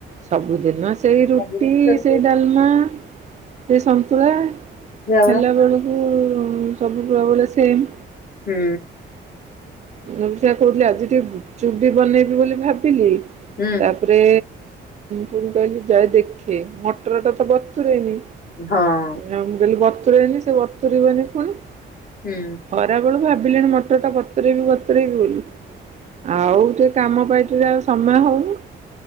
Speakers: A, on the right (about 35°); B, on the left (about 50°).
A: ସବୁଦିନ ସେଇ ରୁଟି
B: ସବୁ ହୁଁ ସେଇଆ
A: ସେଇ ଡାଲମା ସେ ସନ୍ତୁଳା
B: ପରା
A: ହେଲା ବେଳକୁ ସବୁ ବ ବେଳେ ସେମ୍।
B: ହୁଁ।
A: ଉ ମୁଁ ସେୟା କହୁଥିଲି ଆଜି ଟିକେ ଚୁଡ଼ି ବନେଇବି ବୋଲି ଭାବିଲି ତା
B: ହୁଁ
A: ତାପରେ ପୁଣି କହିଲି ଯାଏ ଦେଖେ ମଟର ଟା ତ ବତରେନି।
B: ହଁ
A: ନା ମୁଁ କହିଲି ବତୁରଇନି ସେ ବତୁରିବନି ପୁଣି।
B: ହୁଁ।
A: ଖରାବେେଳୁ ଭାବିଲେଣି ମଟରଟା ଗରେ ବତୁରାଇବି ବତୁରିଏବି ବି ବୋଲି ଆଉ ଟିକେ କାମ ପାଇଟି ରେ ସମୟ ହଉନି।